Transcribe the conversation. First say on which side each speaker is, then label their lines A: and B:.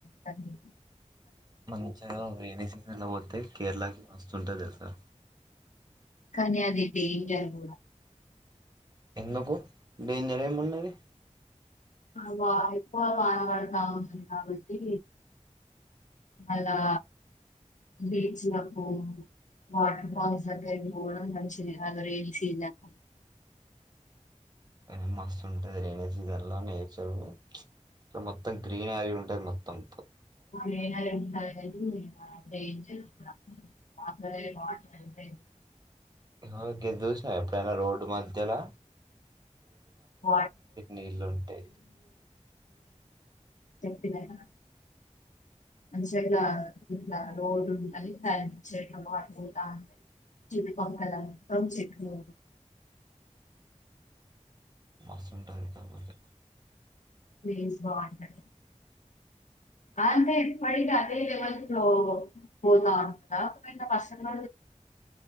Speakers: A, on the left; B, on the right.
A: <unintelligible>
B: మంచిగా రైైనీ సీజన్ లో వోతే కేరళకి మస్తుంటది తెల్సా
A: కానీ అది డేంజర్ కూడా
B: ఎందుకు డేంజర్ ఏమున్నది
A: ఇవా ఎక్కువ వాన పడుతది కాబట్టి అలా బీచ్ లకు వాటర్ ఫాల్స్ దగ్గరకి పోవడం మంచిది గాదు రెనీ సీజన్ల
B: ఏ మస్తు ఉంటది రేని సీజన్ ల నేచర్ ఇ మొత్తం గ్రీనరీ ఉంటది మొత్తం పో
A: ఆ గ్రీనరీ ఉంటది <unintelligible> అక్కడే వాటర్ ఉంటాయి
B: ఇగో గిది చూసినావా ఎప్పుడైనా రోడ్డు మధ్యలా
A: <inaudible>
B: నీళ్లు ఉంటాయి
A: చెప్పిన గా మంచిలా ఇట్లా ఇట్లా రోడ్డు ఉంటాయి <unintelligible> పోతా ఉంటాయి చుట్టుపక్కల మొత్తం చెట్లే
B: మస్తు ఉంటది కాకపోతే
A: ప్లేస్ బాగుంటది అ అంటే ఇప్పటికి అదే లెవెల్ లో పోతావుంటాడా ఒకవేళ వర్షం